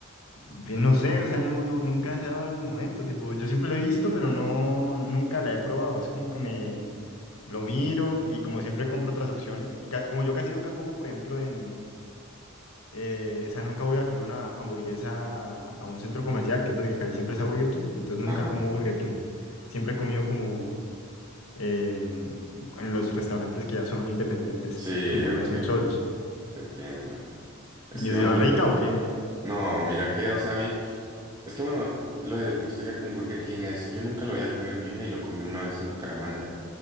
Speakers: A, on the left; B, on the right.
A: Ve, No sé, o sea, no, no- nunca
B: No,
A: se ha dado el momento, tipo, yo siempre lo he visto, pero no, nunca la he probado. Es como que me lo miro y como siempre compro otras opciones. Y ca- como yo casi nunca como, por ejemplo, en Eh, o sea, nunca voy a comer una hamburguesa a un centro comercial, que es donde casi siempre está Burger King, entonces
B: Ajá.
A: nunca como Burger King. Siempre he comido como en, en los restaurantes que ya son independientes,
B: Sí,
A: como
B: ok,
A: ya son solos.
B: te entiendo. Es
A: ¿Y
B: que,
A: es
B: mano,
A: de la rica o qué?
B: no, mira que, o sea, a mí... Es que bueno, lo de mi historia con Burger King es, yo nunca lo había comido en mi vida y lo comí una vez en Bucaramanga